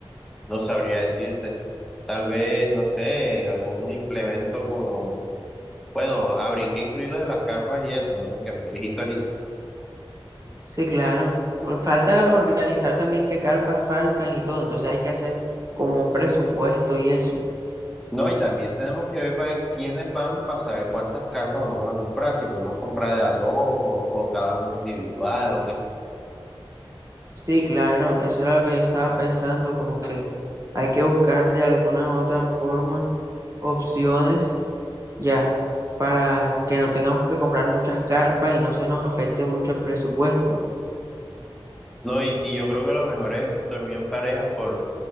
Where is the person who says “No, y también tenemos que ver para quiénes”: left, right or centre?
Centre